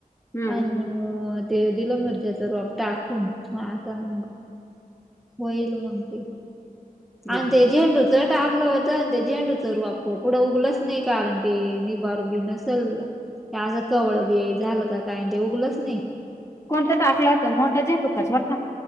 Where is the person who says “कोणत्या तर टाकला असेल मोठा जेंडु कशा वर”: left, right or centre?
Left